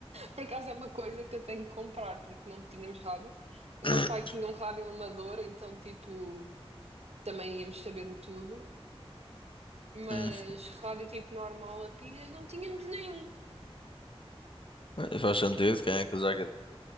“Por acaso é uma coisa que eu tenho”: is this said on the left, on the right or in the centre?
Right